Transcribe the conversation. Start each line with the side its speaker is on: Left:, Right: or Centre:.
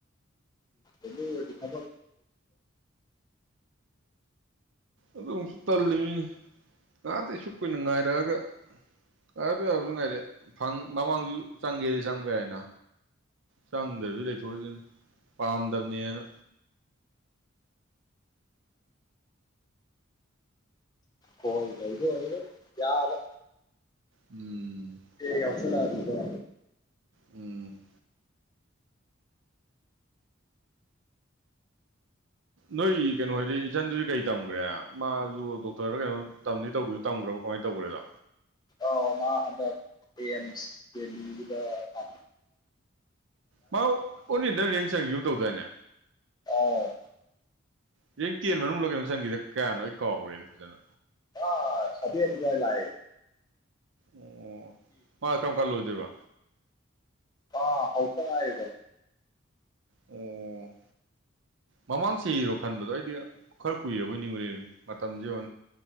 Left: ꯎꯗꯤ ꯍ
Right: ꯑꯗꯨꯁꯨ ꯇꯜꯂꯤꯅꯤ ꯉꯇꯩ ꯑꯁꯨ ꯀꯨꯏꯅ ꯉꯥꯏꯔꯛꯑꯒ ꯀꯥꯏꯕ ꯌꯥꯕꯁꯨ ꯉꯥꯏꯔꯦ ꯃꯃꯥꯡꯁꯨ ꯆꯪꯒꯦꯗꯤ ꯆꯪꯕ ꯀꯏ ꯍꯥꯏꯅ ꯆꯪꯗ꯭ꯔꯕꯤ ꯂꯩꯊꯣꯛꯑꯏꯁꯤꯅ ꯄꯥꯝꯗꯕꯅꯦꯅ
Left: ꯍꯣꯏ ꯂꯩ ꯌꯥꯕ
Right: ꯎꯝ
Left: ꯀꯥꯎꯁꯂ ꯑꯗꯨꯗ
Right: ꯎꯝ ꯅꯣꯏ ꯀꯩꯅꯣ ꯍꯥꯏꯗꯤ ꯏꯆꯟꯗꯨꯗꯤ ꯀꯩ ꯇꯝꯒ꯭ꯔꯦ ꯃꯥꯁꯨ ꯗꯣꯛꯇꯔꯗ ꯀꯩꯅꯣ ꯇꯝꯅꯤ ꯇꯧꯗ ꯇꯝꯈ꯭ꯔꯕ ꯀꯃꯥꯏꯅ ꯇꯧ꯭ꯔꯦꯗ
Left: ꯑꯥꯎ ꯃꯥ ꯍꯟꯗꯛ ꯑꯦꯝꯁ ꯗꯦꯜꯂꯤꯒꯤꯗ ꯊ
Right: ꯃꯥ ꯑꯣꯟ ꯏꯟꯗꯔ ꯔꯌꯦꯡ ꯆꯪꯁꯨꯝ ꯇꯧꯗꯣꯏꯏꯅꯦ
Left: ꯑꯣꯥꯎ
Right: ꯍꯌꯦꯡ ꯇꯦꯟ ꯃꯅꯨꯡꯗꯂ ꯀꯩꯅꯣ ꯆꯪꯈꯤꯗ ꯀꯌꯥꯅꯣ ꯑꯩ ꯀꯥꯎꯈ꯭ꯔꯦꯅ ꯐꯖꯅ
Left: ꯑ ꯁ ꯑꯖ ꯂ
Right: ꯑꯣ ꯃꯥ ꯀꯔꯝ ꯀꯜꯂꯣꯏꯗꯣꯏꯕ
Left: ꯑꯥ ꯍꯧꯄꯥꯏꯗꯣ
Right: ꯑꯣ ꯃꯃꯥꯡꯁꯤ ꯏꯔꯣ ꯈꯟꯕꯗꯣ ꯑꯩꯗꯤ ꯈꯔ ꯀꯨꯏꯔꯕꯣꯏ ꯅꯤꯡꯉꯨꯨꯔꯦ ꯃꯇꯝꯁꯤꯦ ꯌ